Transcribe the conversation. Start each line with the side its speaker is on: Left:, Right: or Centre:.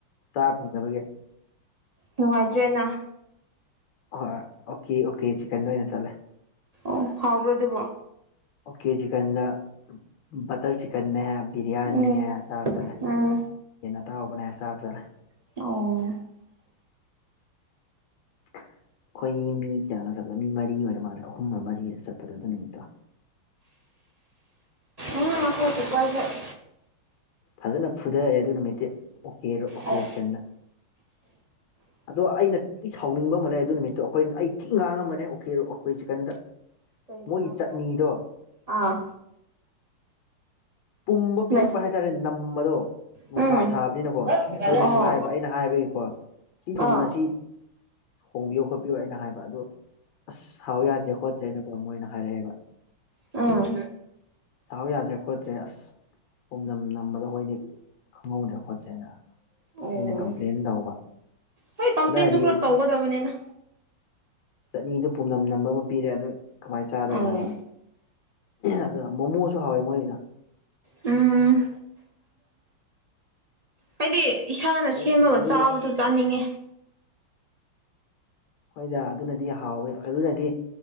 Left: ꯆꯥ ꯐꯪꯗꯕꯒꯦ
Right: ꯅꯨꯡꯉꯥꯏꯇ꯭ꯔꯦꯅ
Left: ꯍꯣꯏ ꯑꯣꯀꯦ ꯑꯣꯀꯦ ꯆꯤꯀꯟꯗ ꯑꯣꯏꯅ ꯆꯠꯂꯦ
Right: ꯑꯣ ꯍꯥꯎꯕ꯭ꯔꯣ ꯑꯗꯨꯕꯣ
Left: ꯑꯣꯀꯦ ꯆꯤꯛꯀꯟꯗ ꯕꯇꯔ ꯆꯤꯛꯀꯟꯅꯦ ꯕꯤꯔꯌꯥꯅꯤꯅꯦ
Right: ꯎꯝ
Left: ꯆ ꯆꯠꯂꯦ
Right: ꯎꯝ
Left: ꯌꯦ ꯅ ꯇꯕꯅꯦ ꯑꯦꯁꯥ ꯍꯥꯞ ꯆꯂ
Right: ꯑꯣ
Left: ꯑꯩꯈꯣꯏ ꯃꯤ ꯀꯌꯥꯅꯣ ꯆꯠꯄꯗꯣ ꯃꯤ ꯃꯔꯤ ꯑꯣꯏꯔ ꯃꯥꯜꯂꯦ ꯑꯍꯨꯝꯒ ꯃꯔꯤꯗ ꯆꯠꯄꯗꯣꯗ ꯅꯨꯃꯤꯠꯇꯣ
Right: ꯏ ꯉꯈ ꯇꯣꯛꯀꯁꯦ <inaudible>
Left: ꯐꯖꯅ ꯐꯨꯊꯔꯦ ꯑꯗꯨ ꯅꯨꯃꯤꯠꯇꯤ ꯑꯣꯦꯔ ꯑꯣꯈꯤꯕꯁꯤ
Right: ꯑꯣ
Left: ꯀꯟꯅ ꯑꯗꯣ ꯑꯩꯅ ꯊꯤ ꯁꯥꯎꯅꯤꯡꯕ ꯑꯃ ꯂꯩ ꯑꯗꯨ ꯅꯨꯃꯤꯠꯇꯣ ꯑꯩꯈꯣꯏ ꯑꯩ ꯊꯤꯛ ꯉꯥꯡꯉꯝꯕꯅꯦ ꯎꯀꯤꯔ ꯑꯩꯀꯣꯏ ꯆꯤꯛꯀꯟꯗ
Right: ꯀꯔꯤꯒꯤꯅꯣ
Left: ꯃꯣꯏꯒꯤ
Right: ꯍꯥꯏꯁꯦ
Left: ꯆꯠꯅꯤꯗꯣ
Right: ꯑꯥ
Left: ꯄꯨꯝꯕ
Right: ꯂꯩ
Left: ꯄꯤꯔꯛꯄ ꯍꯥꯏꯇꯥꯔꯦ ꯅꯝꯕꯗꯣ ꯅꯨꯡꯁꯥ
Right: ꯎꯝ
Left: ꯁꯥꯕꯅꯤꯅꯀꯣ
Right: ꯑꯣ
Left: ꯃꯣꯏꯅꯁꯨ ꯍꯥꯏꯕ ꯑꯩꯅ ꯍꯥꯏꯕꯒꯤꯀꯣ ꯁꯤ ꯊꯨꯅ
Right: ꯑꯥ
Left: ꯁꯤ ꯍꯣꯡꯕꯤꯌꯣ ꯈꯣꯠꯄꯤꯌꯣ ꯑꯩꯅ ꯍꯥꯏꯕ ꯑꯗꯣ ꯑꯁ ꯁꯥꯎ ꯌꯥꯗ꯭ꯔꯦ ꯈꯣꯠꯇ꯭ꯔꯦꯅꯣ ꯃꯣꯏꯅ ꯍꯥꯏꯔꯛꯑꯦꯕ
Right: ꯑꯥ <unintelligible> <inaudible>
Left: ꯁꯥꯥꯎ ꯌꯥꯗ ꯈꯣꯠꯇ꯭ꯔꯦ ꯑꯁ ꯄꯣꯝꯅꯝ ꯅꯝꯕꯗꯣ ꯑꯩꯈꯣꯏꯗꯤ ꯈꯪꯍꯧꯗ꯭ꯔꯦ ꯈꯣꯠꯇ꯭ꯔꯦꯅ
Right: ꯑꯣ
Left: ꯑꯩꯅ ꯀꯝꯄ꯭ꯂꯦꯟ ꯇꯧꯕ
Right: ꯍꯣꯏ ꯀꯝꯄ꯭ꯂꯦꯟꯁꯨ
Left: ꯑꯗꯨꯏꯗꯤ
Right: ꯈꯔ ꯇꯧꯒꯗꯕꯅꯦꯗ
Left: ꯆꯠꯅꯤꯗꯨꯣ ꯄꯨꯝꯅꯝ ꯅꯝꯕ ꯑꯃ ꯄꯤꯔꯦ ꯑꯗꯨ ꯀꯃꯥꯏꯅ ꯆꯥꯗꯣꯏꯅꯣ
Right: ꯑꯣ
Left: ꯍꯥꯏꯕ ꯑꯗꯨꯒ ꯃꯣꯃꯣꯁꯨ ꯍꯥꯎꯋꯦ ꯃꯣꯏꯅ
Right: ꯎꯝ ꯍꯥꯏꯗꯤ ꯏꯁꯥꯅ
Left: ꯑꯁ
Right: ꯁꯦꯝꯃꯒ
Left: ꯑꯗꯨ
Right: ꯆꯥꯕꯗꯣ ꯆꯥꯅꯤꯡꯉꯦ
Left: ꯍꯣꯏꯗ ꯑꯗꯨꯅꯗꯤ ꯍꯥꯎꯋꯦ ꯑꯗꯨꯅꯗꯤ